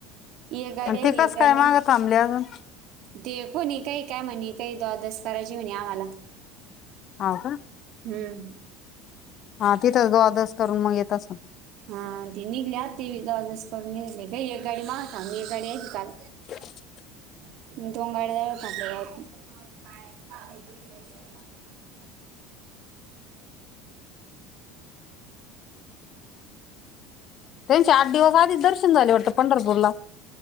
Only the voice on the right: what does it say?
येक गाडी
आली
एक गाडी
नाय.
दे कोणी काही काय म्हणे काही दवादस करायची म्हणे आम्हाला.
हम्म
हा ती निघलीआ ती द्वादस करून निघली का एक गाडी माग एक गाडी काल
<unintelligible> <inaudible>